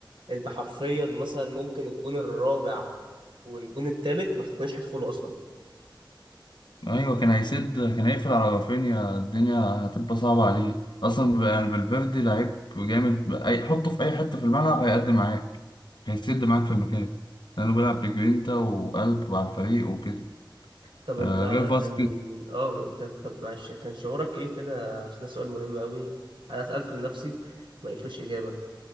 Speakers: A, on the right; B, on the left.
A: انت حرفيا مثلا ممكن الجون الرابع والجون التالت ما كناش هيدخلوا اصلا
B: ايوه كان هيسد كان هيقفل على رافينيا الدنيا هتبقى صعبه عليه اصلا بقى يعني فالفيردي لعيب جامد اي حطه في اي حته في الملعب هيقدم معاك هيسد معاك في المكان لانه بيلعب بجرينتا وقلب وعلى الفريق وكده
A: طب انت
B: آه غير فاسكيز
A: كان اه طب طب معلش كان شعورك ايه كده عشان ده سؤال مهم قوي انا سألته لنفسي ما لقيتلوش اجابة